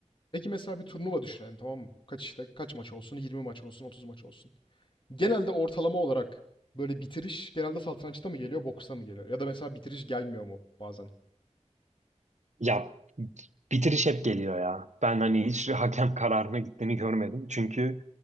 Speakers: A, on the left; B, on the right.
A: Peki mesela bir turnuva düşünelim tamam mı? Kaç işte kaç maç olsun? 20 maç olsun, 30 maç olsun. Genelde ortalama olarak böyle bitiriş genelde satrançta mı geliyor, boksta mı geliyor? Ya da mesela bitiriş gelmiyor mu bazen?
B: Ya bitiriş hep geliyor ya. Ben hani hiç hakem kararına gittiğini görmedim. Çünkü